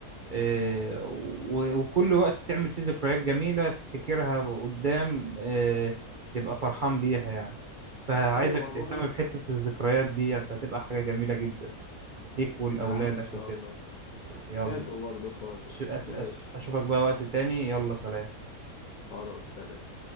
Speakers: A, on the right; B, on the left.
A: آه، و- وكل وقت تعمل فيه ذكريات جميلة تفتكرها قدام آه، تبقى فرحان بيها يعني فعايزك
B: ايوه ما انا بقول
A: تهتم
B: لك
A: بحتة الذكريات دي هتبقى حاجة جميلة جدا ليك ولأولادك
B: يا عم ان شاء
A: وكده
B: الله
A: يلا
B: حلو برضه الحوار ده
A: أش- أش-
B: ماشي
A: أش- أشوفك بقى وقت تاني يلا سلام
B: خلاص سلام